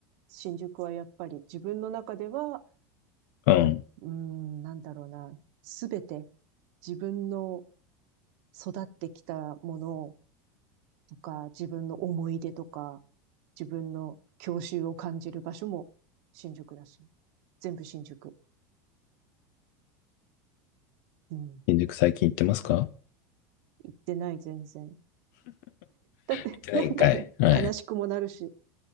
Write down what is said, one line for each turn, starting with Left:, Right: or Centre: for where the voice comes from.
Right: 新宿はやっぱり自分の中では、
Left: うん。
Right: やっ、うーん、なんだろうな、すべて自分の育ってきたものとか、自分の思い出とか、自分の郷愁を感じる場所も新宿だし、全部新宿。うん。
Left: 新宿最近行ってますか
Right: 行ってない、全然。だって、
Left: 行ってないんかい。
Right: <laughs> なんかね、
Left: はい。
Right: 悲しくもなるし、